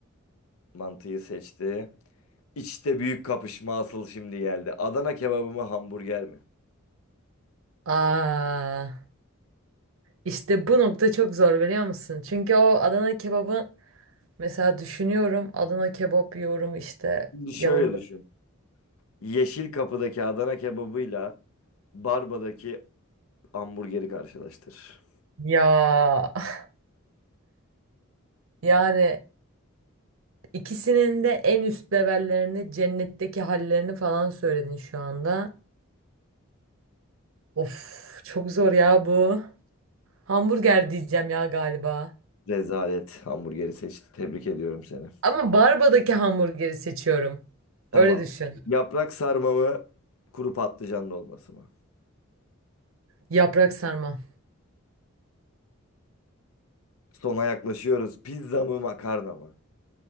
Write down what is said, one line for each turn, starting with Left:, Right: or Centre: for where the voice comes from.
Left: Mantıyı seçti. İçte büyük kapışma asıl şimdi geldi. Adana kebabı mı, hamburger mi?
Right: Aa, işte bu nokta çok zor biliyor musun? Çünkü o Adana kebabı mesela düşünüyorum. Adana kebap yiyorum işte
Left: Şimdi şöyle
Right: yanında.
Left: düşün. Yeşil Kapı'daki Adana kebabıyla Barba'daki hamburgeri karşılaştır.
Right: Ya <laughs> yani ikisinin de en üst levellerini, cennetteki hallerini falan söyledin şu anda. Of çok zor ya bu. Hamburger diyeceğim ya galiba.
Left: Rezalet hamburgeri seçti. Tebrik ediyorum seni.
Right: Ama Barba'daki hamburgeri seçiyorum.
Left: Tamam.
Right: Öyle düşün.
Left: Yaprak sarma mı, kuru patlıcan dolması mı?
Right: Yaprak sarma.
Left: Sona yaklaşıyoruz. Pizza mı makarna mı?